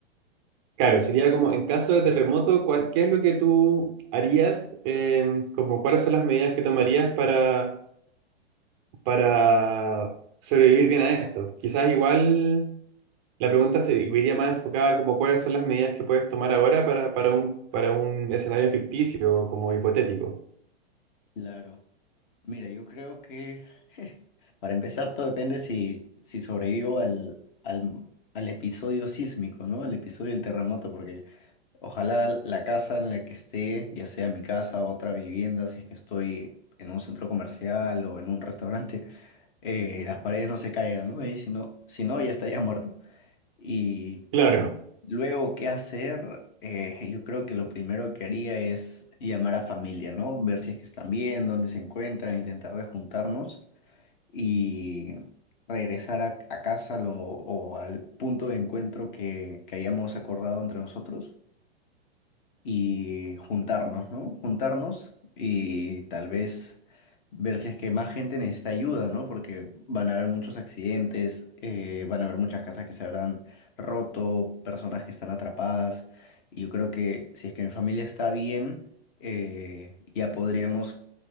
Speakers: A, on the right; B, on the left.
A: Claro, sería como en caso de terremoto, ¿cuál- ¿qué es lo que tú harías? Em, como, ¿cuáles son las medidas que tomarías para, para sobrevivir bien a esto? Quizás igual la pregunta se iría más enfocada como cuáles son las medidas que puedes tomar ahora para, para un, para un escenario ficticio, como hipotético.
B: Claro. Mira, yo creo que para empezar todo depende si, si sobrevivo al, al, al episodio sísmico, ¿no? Al episodio del terremoto, porque ojalá la casa en la que esté, ya sea mi casa o otra vivienda, si es que estoy en un centro comercial o en un restaurante, eh, las paredes no se caigan, ¿no? Y si no, si no, ya estaría muerto. Y
A: Claro.
B: luego, ¿qué hacer? Eh, yo creo que lo primero que haría es llamar a familia, ¿no? Ver si es que están bien, dónde se encuentran, intentar de juntarnos y regresar a, a casa lo- o al punto de encuentro que, que hayamos acordado entre nosotros y juntarnos, ¿no? Juntarnos y tal vez ver si es que más gente necesita ayuda, ¿no? Porque van a haber muchos accidentes, eh, van a haber muchas casas que se habrán roto, personas que están atrapadas. Y yo creo que si es que mi familia está bien, eh, ya podríamos